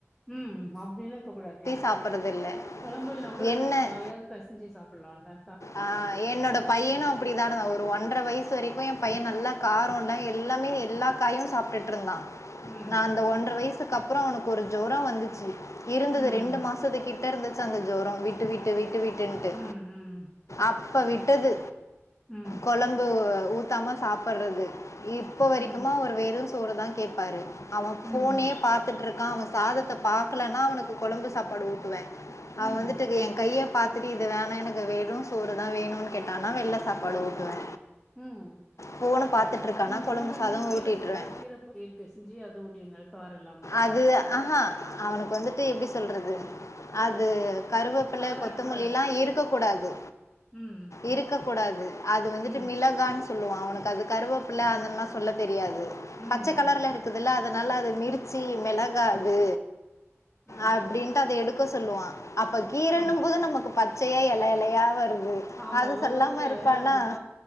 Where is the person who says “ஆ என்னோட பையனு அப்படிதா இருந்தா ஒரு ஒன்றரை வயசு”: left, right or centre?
Left